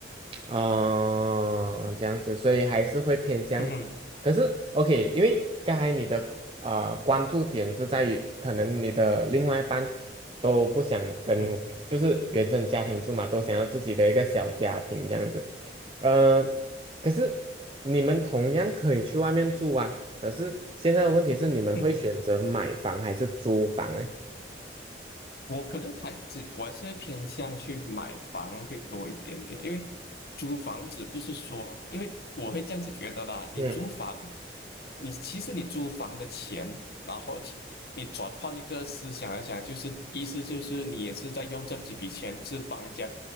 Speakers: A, on the right; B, on the left.
A: 哦，这样子，所以还是会偏向这样子。
B: 嗯
A: 可是，OK，因为刚才你的呃关注点是在于，可能你的另外一半都不想跟，
B: 嗯
A: 就是原生家庭住嘛，都想要自己的一个小家庭这样子。呃，可是你们同样可以去外面住啊。可是现在的问题是，你们会选择买房还是租房呢？
B: 嗯。我可能还只我还是会偏向去买房会多一点点，因为租房子不是说，因为我会这样子觉得啦，你租房，
A: 嗯
B: 你其实你租房的钱，然后其你转换一个思想来讲，就是意思就是你也是在用这几笔钱是帮人家